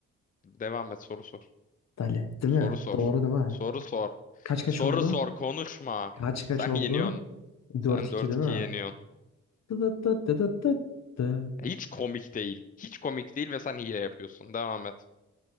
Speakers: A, on the left (about 25°); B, on the left (about 55°).
A: Devam et soru sor.
B: Dali. Değil
A: Soru
B: mi?
A: sor.
B: Doğru değil mi?
A: Soru sor.
B: Kaç kaç
A: Soru
B: oldu?
A: sor konuşma.
B: Kaç kaç
A: Sen
B: oldu?
A: yeniyorsun. Sen
B: Dört iki
A: dört
B: değil
A: 2
B: mi?
A: yeniyorsun.
B: Dı dı dı dı dı dı dı.
A: Hiç komik değil. Hiç komik değil ve sen hile yapıyorsun. Devam et.